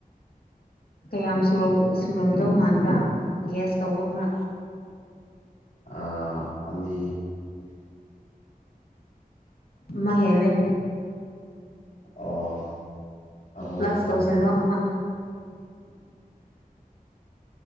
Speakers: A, on the left; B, on the left.
A: ꯌꯥꯝ ꯁꯨꯔꯧ ꯁꯨꯔꯝꯗꯧ ꯃꯥꯟꯕ꯭ꯔꯥ ꯒ꯭ꯌꯦꯁ ꯇꯧꯑꯣ ꯑꯃ
B: ꯑ ꯑꯅꯤ
A: ꯑꯃ ꯍꯦꯜꯂꯦ
B: ꯑꯣ ꯑꯍꯨꯝ
A: ꯄ꯭ꯂꯁ ꯇꯧꯁꯤꯜꯂꯣ ꯑꯃ